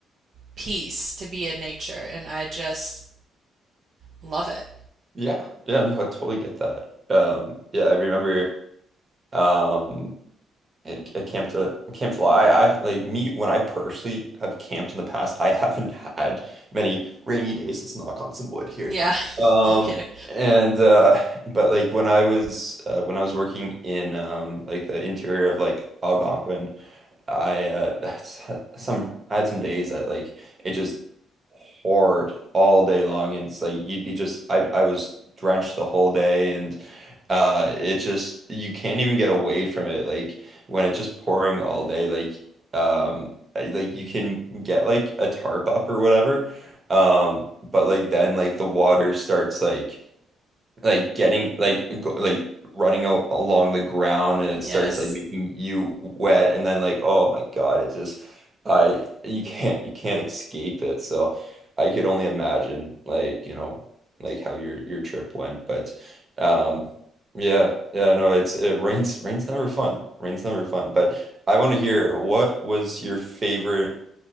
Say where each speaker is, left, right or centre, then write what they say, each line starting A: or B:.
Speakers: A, on the right; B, on the right.
A: peace to be in nature, and I just love it.
B: Yeah, yeah, no, I totally get that. Um, yeah, I remember. Um, at, at Camp to Camp July, I I like me when I personally have camped in the past, I haven't <laughs> had many rainy days. Let's knock on some wood here.
A: Yeah,
B: Um,
A: <laughs> no kidding.
B: and uh, <laughs> but like when I was uh, when I was working in um like the interior of like Algonquin. I uh <laughs> that's some I had some days that like it just poured all day long and it's like you'd be just I I was drenched the whole day and uh it just you can't even get away from it like when it's just pouring all day like um I- like you can get like a tarp up or whatever um but like then like the water starts like like getting like go, like running a along the ground and it
A: Yes.
B: starts like making you wet and then like oh my God it's just I you can't you can't escape it so I could only imagine like you know like how your your trip went but um yeah yeah no it's it rains rain's never fun rain's never fun but I want to hear what was your favorite